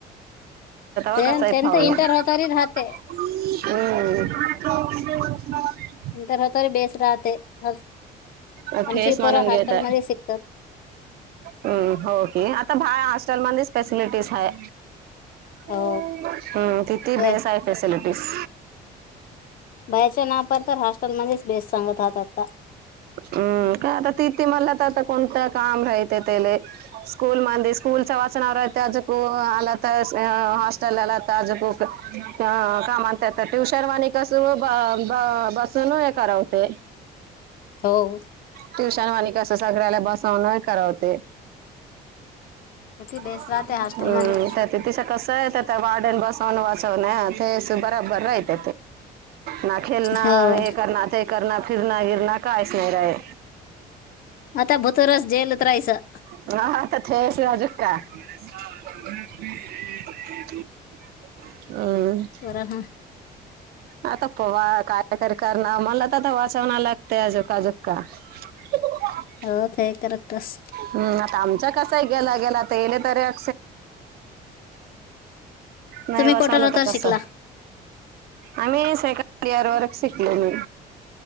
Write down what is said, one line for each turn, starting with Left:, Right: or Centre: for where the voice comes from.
Left: ते
Right: <unintelligible>
Left: त्यांचं इंटर होतारी राहते
Right: <unintelligible>
Left: नंतर राहताना बेस राहते. हस-
Right: अ,
Left: आमची
Right: फेस म्हणून
Left: पोरं हॉस्टेलमध्ये
Right: घेत.
Left: शिकतात
Right: हम्म, हो कि आता भार हॉस्टेल मध्येच तसली फॅसिलिटीज हाय. हम्म,
Left: हो
Right: तिथी
Left: हे
Right: बेस हाय फॅसिलिटीज.
Left: बाहेरच्यांना तर हॉस्टेलमध्येच बेस सांगत राहत आता.
Right: हम्म, काय आता तिथती मला तर कोणतं काम राहते त्येले. स्कूल मंदी स्कूल तवाच नावं रहते अजकू आलात हॉस्टेल आलात आजकू. अ कामांत तर ट्युशनवाणी कस ब, ब बसून हे करवते.
Left: हो.
Right: ट्युशनवाली कसं सगळ्याला बसवून करवते.
Left: <inaudible>
Right: हम्म,
Left: हॉस्टेलमध्ये
Right: त्या तीच कस हाय, त्या वाडन बसवून बसवून हा ते बराबर राइट. ना खेळणार,
Left: हो
Right: हे करणार. ते करना, फिरना, गिरना काहीच नाही राही.
Left: आता भु त्रास झेलत राहायचं.
Right: <inaudible> <unintelligible>
Left: बरं हा
Right: आता पोवा, काय तरी करणं. मला तर आता वाचवण लागत अजोकाजुका. <inaudible>
Left: हो काय करतस?
Right: हम्म आता आमचा कसा गेला गेला तर इल तरी <inaudible> नाही
Left: तुम्ही
Right: बसवलं
Left: कोटर
Right: तर कसं.
Left: शिकला
Right: आम्ही सेकंड इयर वर शिकले मी.